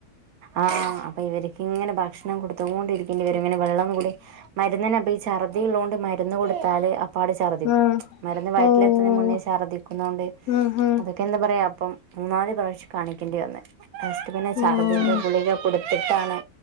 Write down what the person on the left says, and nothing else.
ഉം ആഹ്
ഓഹ്
ഉം ഉം
ഓഹ്